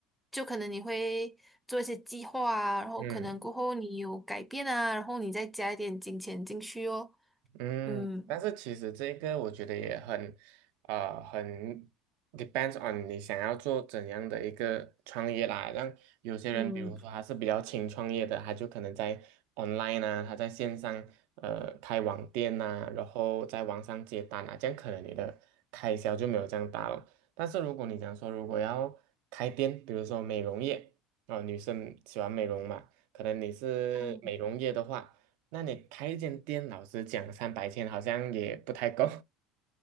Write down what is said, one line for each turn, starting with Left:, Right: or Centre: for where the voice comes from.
Centre: 就可能你会做一些计划啊，然后可能过后你有改变啊，
Right: 嗯。
Centre: 然后你再加一点金钱进去哦。
Right: 嗯，
Centre: 嗯
Right: 但是其实这个我觉得也很，呃，很 depends on 你想要做怎样的一个创业啦。让有些人，
Centre: 嗯
Right: 比如说他是比较轻创业的，他就可能在 online 啊，他在线上呃开网店呐、然后在网上接单啊，这样可能你的开销就没有这样大了。但是如果你讲说如果要开店，比如说美容业，啊、女生喜欢美容嘛，可能你是美容业的话。
Centre: 嗯，
Right: 那你开一间店，老实讲，三百天好像也不太够